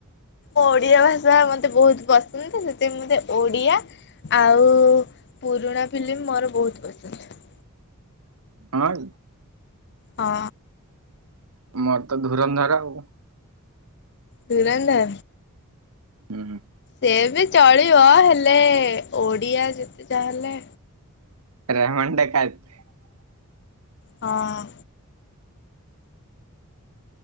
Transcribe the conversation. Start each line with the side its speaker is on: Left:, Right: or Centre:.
Left: ଓଡ଼ିଆ ଭାଷା ମୋତେ ବହୁତ ପସନ୍ଦ ସେଥିପାଇଁ ମତେ ଓଡ଼ିଆ ଆଉ ପୁରୁଣା ଫିଲ୍ମ ମୋର ବହୁତ ପସନ୍ଦ।
Right: ହଁ।
Left: ହଁ।
Right: ମୋର ତ ଧୂରନ୍ଧର ଆଉ।
Left: ଧୂରନ୍ଧର।
Right: ହୁଁ ହୁଁ।
Left: ସେ ବି ଚଳିବ ହେଲେ ଓଡିଆ ଯେତେ ଯାହା ହେଲେ।
Right: <unintelligible>
Left: ହଁ।